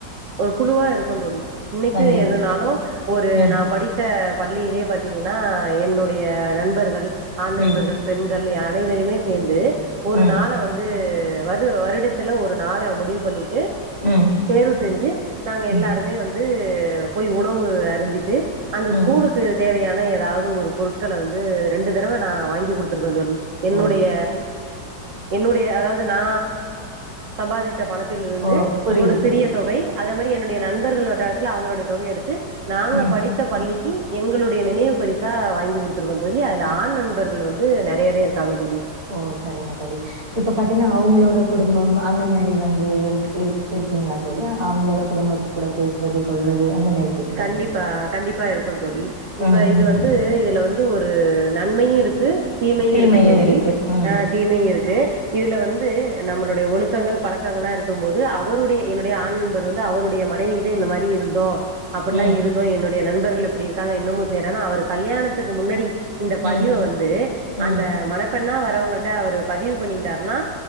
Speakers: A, on the right; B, on the right.
A: ஒரு குழுவா இருக்கோம் தோழி இன்னைக்கும்
B: கண்டிப்
A: எதுனாலும் ஒரு
B: ம்
A: நா படிப் த்த பள்ளியிலே பாத்தீங்கன்னா என்னுடைய நண்பர்கள் ஆண் நண்பர்கள்
B: ம்
A: பெண்கள் அனைவருமே சேந்து ஒரு
B: ம்
A: நாள வந்து து வரு வருடத்துல ஒரு நாள முடிவு பண்ணிட்டு
B: ம்
A: தேர்வு செஞ்சு நாங்க
B: ம்
A: எல்லாருமே வந்து போய் உணவு அருந்திட்டு அந்த
B: ம்
A: ஸ்கூலுக் தேவையான ஏதாவது ஒரு பொருட்கள வந்து ரெண்டு தடவ நா வாங்கி குடுத்துருக்கேன் தோழி என்னுடைய
B: ஓ
A: என்னுடைய அதாவது நா சம்பாதிச் ச பணத்தில் இருந்து
B: ஓ புரியுது
A: ஒரு
B: தோழி
A: சிறிய தொகை அதே மாரி என்னுடைய நண்பர்கள் வட்டாரத்தில் அவுங்களுடைய தொகய எடுத்து நாங்க
B: ம்
A: படித்த பள்ளிக்கி எங்களுடைய நினைவு பரிசா வாங்கி குடுத்துருக்கோம் தோழி அதுல
B: ஓ
A: ஆண் நண்பர்கள் வந் து நெறயவே இருக்காங்க தோழி
B: ம் சரிங்க தோழி இப்ப பாத்தீங்ன்னா அவுங்களோட குடும்பம் அந்த மாரி வந்து இருக் இருக் இருக்கீங்களா தோழி அவுங்களோட குடும்பத்து கூட பேசுறது கொல்றது அந்த மாரி கேக்குறேங்க
A: கண்டிப்பா
B: தோழி
A: கண்டிப்பா இருக்கும் தோழி இப்ப
B: ம்
A: இது
B: ம்
A: வந்து இதுல வந் து ஒரு நன்மையும் இருக்கு தீமையும்
B: தீமையு
A: இருக்கு தோழி
B: ம்
A: அ தீமையும் இருக்கு இதுல வந்து நம்மளுடைய ஒழுக்கங்கள் பழக்கங்கள்லா இருக்கும் போது அவருடைய என்னுடைய ஆண் நண்பர் வந்து அவருடைய மனைவி கிட்ட இந்த மாரி இருந்தோம் அப்ட்ல்லாம்
B: ம்
A: இருந்தோம் என்னுடைய நண்பர்கள் இப்டி இருக்காங்க இன்னமு செய்றாங்க அவர் கல்யாணத்துக்கு முன்னடி இந்த
B: ம்
A: பதிவ வந்து
B: ம்
A: அந்த மணப்பெண்ணா வர்றவங்கள்ட்ட அவரு பதிவு பண்ணிட்டாருன்னா